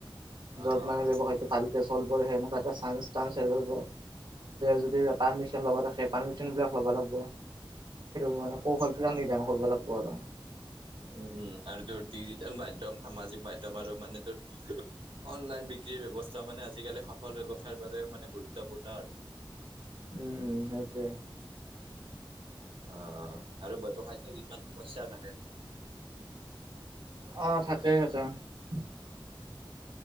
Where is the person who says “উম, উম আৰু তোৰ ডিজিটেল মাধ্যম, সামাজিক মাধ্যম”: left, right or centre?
Right